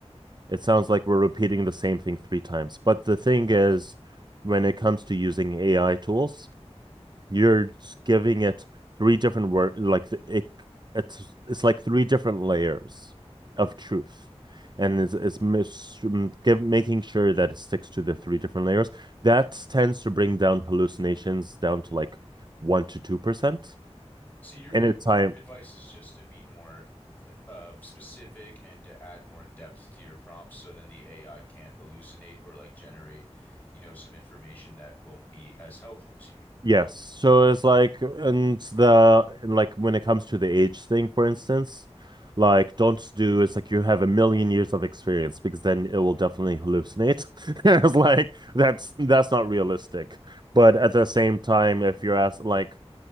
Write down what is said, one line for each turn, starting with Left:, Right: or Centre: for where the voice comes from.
Right: It sounds like we're repeating the same thing three times. But the thing is, when it comes to using AI tools, you're giving it three different word like th- it it's it's like three different layers of truth. And it's, it's mis m- give, making sure that it sticks to the three different layers. That tends to bring down hallucinations down to like one to two percent.
Left: So your big
Right: And it's time
Left: advice is just to be more uh specific and to add more depth to your prompts so then the AI can't hallucinate or like generate, you know, some information that won't be as helpful to you.
Right: Yes. So it's like, and the, and like when it comes to the age thing, for instance, like don't do, it's like you have a million years of experience because then it will definitely hallucinate. <laughs> It's like that's that's not realistic. But at the same time, if you're asked like